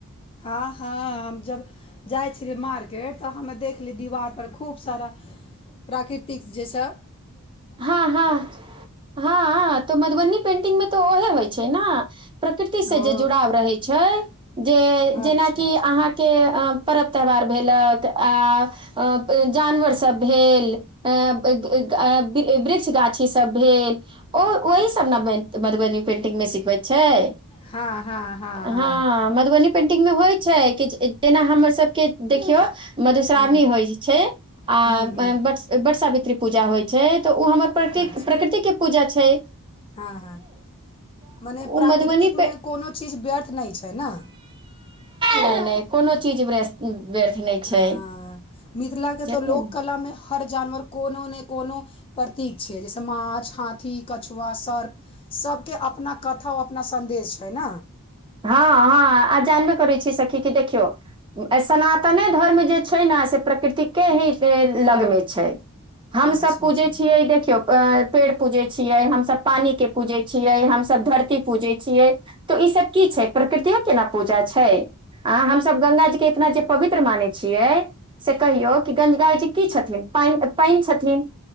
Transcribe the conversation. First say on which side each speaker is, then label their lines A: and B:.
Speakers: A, on the left; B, on the right.
A: हा हा हम जब जाइ छलिए मार्केट तऽ हमे देखली दीवारपर खूब सारा प्राकृतिक जेहिसँ
B: हँ हँ हँ तऽ मधुबनी पेंटिंग मे तऽ ओहे होइ छैय न प्रकृति से
A: ओ
B: जे जुड़ाव रहै छैय जे जेनाकि
A: अच्छा अच्छा
B: अहाँके परवत्यौहार भेलक आ अ जानवर सब भेल ऐऽ <unintelligible> वृक्ष गाछी सब भेल ओ ओहीसब ने मैन मधुबनी पेंटिंग मे सिखबै छैय
A: हँ हँ हँ हँ
B: हामधुबनी पेन्टिंग मे होइ छैय कि जेना हमर सबके देखियो मधुश्रावणी
A: हूँ
B: होइ छैयआ
A: हूँ हूँ
B: वटसावित्री पूजा होइ छैय तऽ ओ हमर प्र
A: अच्छा
B: प्रकृतिक के पूजा छैय
A: हँ हँ मने प्राकृतिकमे
B: ओ मधुबनी पे
A: कोनो चीज व्यर्थ नैय छैय न
B: नैय नैय कोनो चीज बृस्त व्यर्थ नैय छैय
A: हँ मिथिला के तो
B: जा दियो
A: लोक
B: न
A: कला मे हर जानवर कोनो ने कोनो प्रतीक छैय जैसे माछ हाथी कछुआ सर्प सभके अपना कथा अपना सन्देश छैय न
B: हा हा आ जानबे करै छी सखी की देखियौ आइसनातने धर्म जे छैय ने से प्रकृतिके ही लगमे छैय हम
A: अच्छा
B: सभ पूजै
A: अच्छा
B: छियै देखियौ <unintelligible> पेड़ पूजै छियै हमस पानी के पूजै छियै हमस धरती पूजै छियै तऽ ई सब की छैय प्रकृति ऐ केना पूजा छैय आ हमस गंगा जी के इकरा जे पवित्र मानै छियै से कहियौ कि गंगा जी की छथिन पानि छथिन